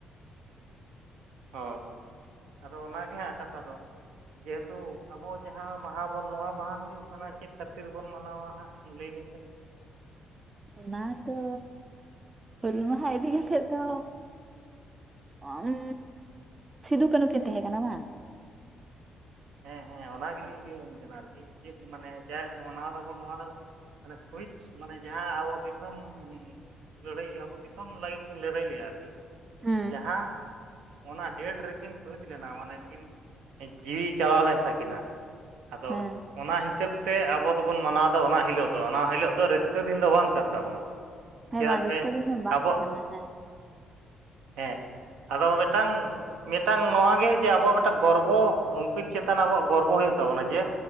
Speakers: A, on the right (about 85°); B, on the right (about 30°).
A: ᱦᱚᱭ ᱦᱚᱭ ᱟᱫᱚ ᱚᱱᱟᱜᱮ ᱦᱟᱸᱜ ᱠᱟᱛᱷᱟ ᱫᱚ ᱡᱮᱦᱮᱛᱩ ᱟᱵᱚ ᱡᱟᱦᱟᱸ ᱢᱟᱦᱟ ᱵᱚᱱ ᱱᱚᱣᱟ ᱢᱟᱦᱟ ᱫᱚ ᱦᱩᱭᱩᱜ ᱠᱟᱱᱟ ᱪᱮᱫ ᱠᱷᱟᱹᱛᱤᱨ ᱵᱚᱱ ᱢᱟᱱᱟᱣᱟ ᱦᱟᱸᱜ ᱞᱟᱹᱭ ᱵᱤᱱ ᱥᱮ
B: ᱚᱱᱟ ᱫᱚ ᱦᱩᱞ ᱢᱟᱦᱟ ᱤᱫᱤ ᱠᱟᱛᱮᱫ ᱫᱚ ᱚ ᱩᱸ ᱥᱤᱫᱩ ᱠᱟᱹᱱᱩ ᱠᱤᱱ ᱛᱟᱦᱮᱸ ᱠᱟᱱᱟ ᱵᱟᱝ
A: ᱦᱮᱸ ᱦᱮᱸ ᱚᱱᱟ ᱜᱮᱞᱤᱧ ᱤᱫᱵᱤᱱ ᱠᱟᱱᱟ ᱟᱨᱠᱤ ᱪᱮᱫ ᱢᱟᱱᱮ ᱡᱟᱭᱦᱳᱠ ᱫᱚᱵᱚᱱ ᱱᱚᱣᱟ ᱫᱚ ᱢᱟᱱᱮ ᱥᱩᱦᱤᱪ ᱢᱟᱱᱮ ᱡᱟᱦᱟᱸ ᱟᱵᱚ ᱫᱤᱥᱚᱢ ᱞᱟᱹᱲᱦᱟᱹᱭ ᱟᱵᱚ ᱫᱤᱥᱚᱢ ᱞᱟᱹᱜᱤᱫ ᱠᱤᱱ ᱞᱟᱹᱲᱦᱟᱹᱭ ᱞᱮᱼᱟ ᱟᱨᱠᱤ
B: ᱦᱮᱸ
A: ᱡᱟᱦᱟᱸ ᱚᱱᱟ ᱰᱮᱴ ᱨᱮᱠᱤᱱ ᱥᱩᱦᱤᱛ ᱞᱮᱱᱟ ᱢᱟᱱᱮ ᱠᱤᱱ ᱡᱤᱣᱤ ᱪᱟᱞᱟᱣ ᱞᱮᱱ ᱛᱟᱠᱤᱱᱟ ᱟᱫᱚ
B: ᱦᱮᱸ
A: ᱚᱱᱟ ᱦᱤᱥᱟᱹᱵ ᱛᱮ ᱟᱵᱚ ᱫᱚᱵᱚᱱ ᱢᱟᱱᱟᱣ ᱫᱚ ᱚᱱᱟ ᱦᱤᱞᱳᱜ ᱫᱚ ᱚᱱᱟ ᱦᱤᱞᱳᱜ ᱫᱚ ᱨᱟᱹᱥᱠᱟᱹ ᱫᱤᱱ ᱫᱚ ᱵᱟᱝ ᱠᱟᱱ ᱛᱟᱵᱚᱱᱟ
B: ᱦᱮᱸ
A: ᱪᱮᱫᱟᱜ
B: ᱵᱟᱝ ᱨᱟᱹᱥᱠᱟᱹ
A: ᱥᱮ
B: ᱫᱤᱱ ᱫᱚ ᱵᱟᱝ
A: ᱟᱵᱚ
B: ᱠᱟᱱᱟ ᱦᱮᱸ
A: ᱦᱮᱸ ᱟᱫᱚ ᱢᱤᱫᱴᱟᱝ ᱢᱤᱫᱴᱟᱝ ᱱᱚᱣᱟ ᱜᱮ ᱡᱮ ᱟᱵᱚᱣᱟᱜ ᱢᱤᱫᱴᱟᱝ ᱜᱚᱨᱵᱚ ᱩᱱᱠᱤᱱ ᱪᱮᱛᱟᱱ ᱟᱵᱚᱣᱟᱜ ᱜᱚᱨᱵᱚ ᱦᱩᱭᱩᱜ ᱛᱟᱵᱚᱱᱟ ᱡᱮ